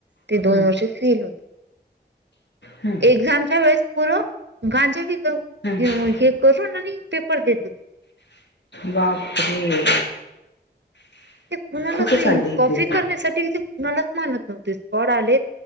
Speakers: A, on the right (about 85°); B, on the left (about 80°).
A: ते दोन
B: हम्म
A: वर्ष सील होतं.
B: हम्म
A: एक्सामच्या वेळेस पोरं गांजा विकत
B: हम्म
A: हे मग हे करून आणि पेपर देतेत.
B: बापरे!
A: ते कुणालाच
B: कुठे
A: नाही,
B: चालली ही
A: कॉफी
B: पोरी?
A: करण्यासाठी ते कुणालाच मानत नव्हते. स्कॉड आलेत